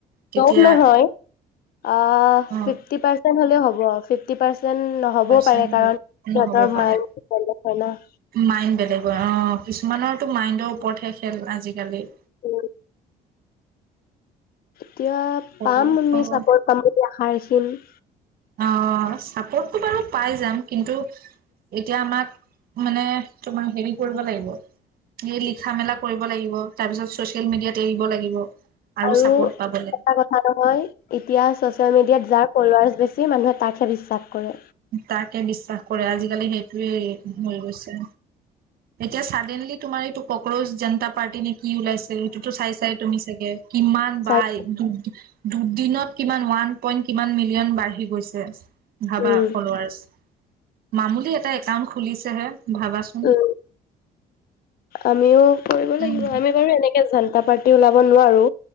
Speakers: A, on the right; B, on the left.
A: তেতিয়া
B: ব নহয় আহ
A: অ
B: ফি পাৰ্চেন্ট হলে হ'ব <unintelligible> ফিভটি পাৰচ যেন নহ'বও
A: পাৰ্চেণ্ট
B: পাৰে কাৰণ সিহঁতৰ
A: নহ'ব পাৰে
B: মায় তে হয় ন?
A: মাইণ্ড বেলেগ হয়। অ' কিছুমানৰতো মাইণ্ডৰ ওপৰতহে খেল আজিকালি।
B: উম। এতিয়া
A: সৰু
B: পাম আমি,
A: সৰু
B: চাপৰ্ট পাম এতিয়া <unintelligible>
A: অ' ছাপৰ্টটো বাৰু পাই যাম। কিন্তু এতিয়া আমাক মানে তোমাৰ হেৰি কৰিব লাগিব, এই লিখা-মেলা কৰিব লাগিব। তাৰপিছত ছ'চিয়েল মিডিয়াত এৰিব লাগিব।
B: আৰু
A: চাপৰ্ট পাবলৈ
B: এটা কথা নহয়, এতিয়া ছ'চিয়েল মিডিয়াত যাৰ ফোলোৱাৰছ বেছি মানুহ তাকহে বিশ্বাস কৰে
A: তাকে বিশ্বাস কৰে। আজিকালি সেইটোৱে হৈ গৈছে। এতিয়া, ছাডেনলি তোমাৰ এইটো কোক্ৰোজ জনতা পাৰ্টি নে কি ওলাইছে, সেইটোতো চাই চায় তুমি চাগে। কিমান বাই
B: যাৰ
A: দুদিনত কিমান? ওৱান পইণ্ট কিমান মিলিয়ন বাঢ়ি গৈছে। ভাবা
B: উম,
A: ফোলোৱাৰছ। মামুলি এটা একাউন্ট খুলিছেহে। ভাবাচোন।
B: উম, আমিও কৰিব
A: উম,
B: লাগিব। আমি বাৰু এনেকে জনতা পা তো ওলাব নোৱাৰোঁ।